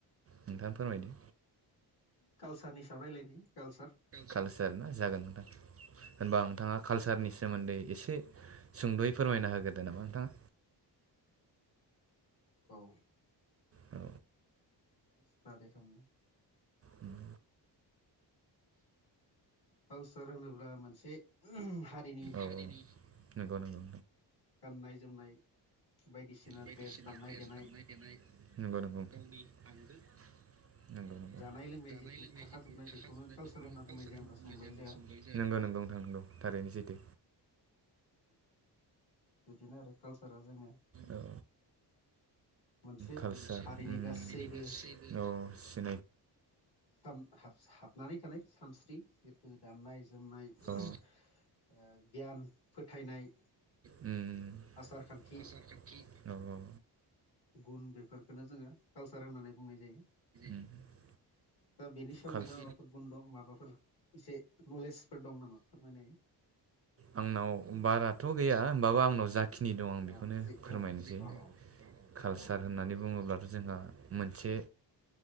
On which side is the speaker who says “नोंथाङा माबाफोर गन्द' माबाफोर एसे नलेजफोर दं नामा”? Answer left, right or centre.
Left